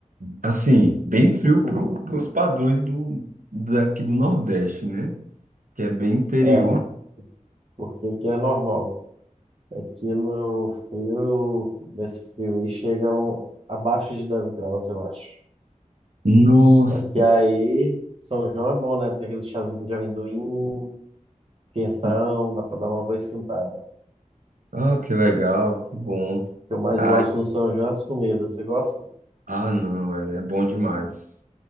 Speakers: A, on the right; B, on the right.
A: Assim, bem frio
B: <laughs>
A: para os padrões do, daqui do Nordeste, né? Que é bem interior.
B: É, porque aqui é normal. Aqui no frio, nesse frio aí, chegam abaixo de 10 graus, eu acho.
A: Nossa,
B: Só que aí, São João é bom, né? Tem aquele chazinho de amendoim, quentão,
A: sim.
B: dá pra dar uma boa esquentada. O
A: Ah, que legal, que bom.
B: que eu mais
A: ah
B: gosto no São João é as comidas. Você gosta?
A: ah, não, é, é bom demais.